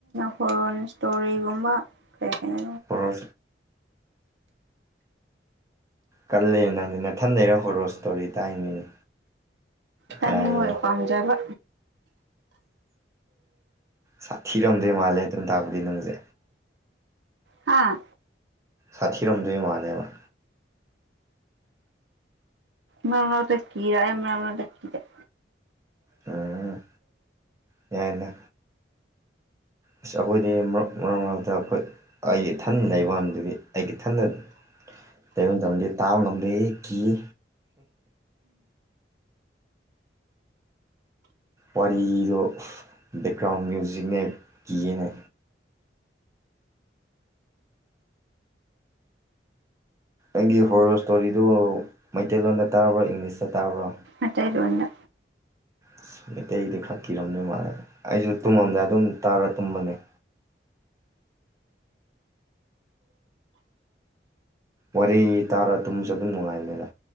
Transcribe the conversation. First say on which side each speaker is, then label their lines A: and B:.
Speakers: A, on the right (about 80°); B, on the right (about 15°).
A: ꯍꯣꯔꯣꯟ ꯏꯁꯇꯣꯔꯤꯒꯨꯝꯕ ꯀꯩ ꯍꯥꯏ
B: ꯍꯔ ꯀꯜꯂꯦ ꯅꯪꯗꯤ ꯅꯊꯟ ꯂꯩꯔ ꯍꯣꯔꯣ ꯁ꯭ꯇꯣꯔꯤ ꯇꯥꯏꯅꯤꯅꯦ
A: ꯇꯃꯤ
B: ꯌꯥꯏꯌꯦ
A: ꯑꯣꯏ ꯄꯥꯝꯖꯕ
B: ꯁꯥꯊꯤꯔꯝꯗꯣꯏ ꯃꯥꯜꯂꯦ ꯑꯗꯨꯝ ꯇꯥꯛꯄꯗꯤ ꯅꯪꯁꯦ
A: ꯑꯥ
B: ꯁꯥꯊꯤꯔꯝꯗꯣꯏ ꯃꯥꯜꯂꯦꯕ
A: ꯃꯅ ꯇ ꯀꯔ ꯌꯥꯝ ꯃꯅꯅ ꯇ ꯀꯔ
B: ꯎꯝ ꯌꯥꯏꯅ ꯑꯁ ꯑꯩꯈꯣꯏꯗꯤ ꯃꯔꯛ ꯃꯔꯛ ꯃꯔꯛꯇ ꯑꯩꯈꯣꯏ ꯑꯩꯒꯤ ꯏꯊꯟꯅ ꯂꯩꯕꯗꯨꯗꯤ ꯑꯩꯒꯤ ꯏꯊꯟꯗ ꯇꯩ ꯇꯝꯗꯤ ꯇꯥ ꯉꯝꯗꯦꯍꯦ ꯀꯤꯌꯦ ꯋꯥꯔꯤꯗꯣ ꯕꯦꯛꯒ꯭ꯔꯥꯎꯟ ꯃ꯭ꯌꯨꯖꯤꯛꯅꯦ ꯀꯤꯌꯦꯅꯦ ꯑꯩꯒꯤ ꯍꯣꯔꯣꯔ ꯏꯁꯇꯣꯔꯤꯗꯨ ꯃꯩꯇꯩꯂꯣꯟꯗ ꯇꯥꯔꯕ꯭ꯔꯣ ꯏꯪꯂꯤꯁꯇ ꯇꯥꯕ꯭ꯔꯣ
A: ꯑꯇꯩ ꯂ‌ꯣꯏꯅ
B: ꯑꯁ ꯃꯩꯇꯩꯒꯤꯗꯤ ꯈꯔ ꯀꯤꯔꯝꯗꯧ ꯃꯥꯜꯂꯦ ꯑꯩꯁꯨ ꯇꯨꯝꯃꯝꯗꯏ ꯑꯗꯨꯝ ꯇꯥꯔ ꯇꯨꯝꯕꯅꯦ ꯋꯥꯔꯤ ꯇꯥꯔ ꯇꯨꯝꯁꯨ ꯑꯗꯨꯝ ꯅꯨꯡꯉꯥꯏꯅꯦꯕ